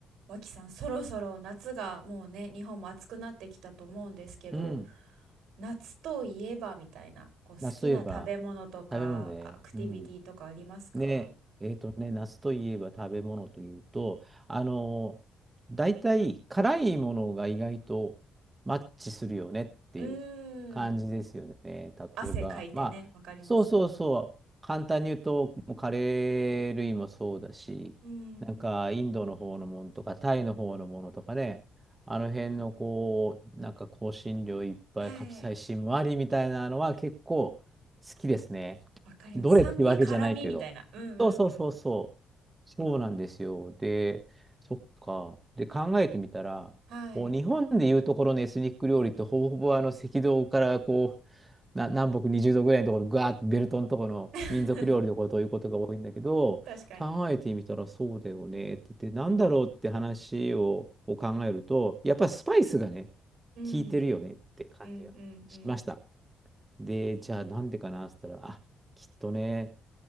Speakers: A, on the right; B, on the right.
A: 脇さん、そろそろ夏がもうね、日本も暑くなってきたと思うんですけど、
B: うん。
A: 夏といえばみたいな、こう好きな食べ物とか、
B: あ、そういえば、食べ物で、
A: アクティビティとかありますか
B: うん。ね、えっとね、夏といえば食べ物というと、あのー、大体辛いものが意外とマッチするよねっていう
A: うーん、
B: 感じですよね。例えば、
A: 汗かいてね、
B: まあ、
A: わかります。
B: そうそうそう、簡単に言うと、もうカレー類もそうだし、
A: うん、
B: なんかインドの方のものとか、タイの方のものとかね、あの辺のこう、なんか香辛料いっぱい、
A: はい、
B: カプサイシンもありみたいなのは結構好きですね。
A: わかります。
B: どれってわけじゃないけど。
A: 酸味、辛味みたいな。うんうんうん。
B: そうそうそうそう。そうなんですよ。で、そっか。で、考えてみたら、
A: はい、
B: こう日本でいうところのエスニック料理ってほぼほぼあの赤道からこう、な、南北20度ぐらいのところ、ガーッとベルトのところの民族料理のことをいうことが多いんだけど、
A: <laughs> 確かに。
B: 考えてみたらそうだよねって言って、
A: うん、
B: なんだろうって話をこう考えると、やっぱスパイスがね、
A: うん、
B: 効いてるよねって感じがしました。
A: うん、うん、
B: で、じゃあなんでかなって言ったら、あ、きっとね、